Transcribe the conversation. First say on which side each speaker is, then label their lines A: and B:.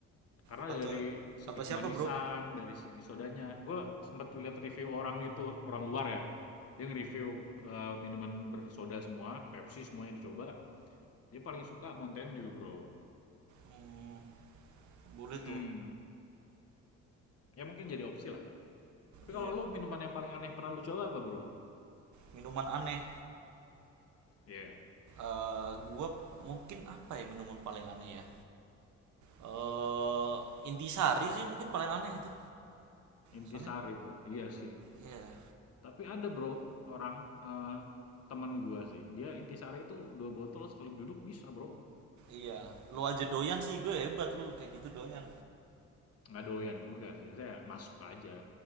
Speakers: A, on the left; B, on the right.
A: Karena
B: kata
A: dari segi
B: kata siapa
A: kemanisan,
B: bro
A: dari segi sodanya. Gue sempat lihat review orang gitu, orang luar ya. Dia nge-review eh, minuman bersoda semua, Pepsi semuanya dicoba. Dia paling suka Mountain Dew, Bro.
B: Hmm, boleh
A: Mm-mm.
B: tuh
A: Ya mungkin jadi opsi lah. Tapi
B: iya
A: kalau lu minuman yang paling aneh pernah lu coba apa, Bro?
B: minuman aneh
A: Iya.
B: Eh, gue mungkin apa ya minuman paling aneh ya eh intisari sih mungkin paling aneh itu
A: Intisari,
B: soalnya
A: Bro. Iya sih.
B: iya yeah,
A: Tapi ada bro, orang eh, temen gua sih. Dia intisari itu dua botol sekali duduk bisa bro.
B: iya Yeah. lu aja doyan sih gue hebat lu kayak gitu doyan
A: Nggak doyan juga sih. Saya masuk aja.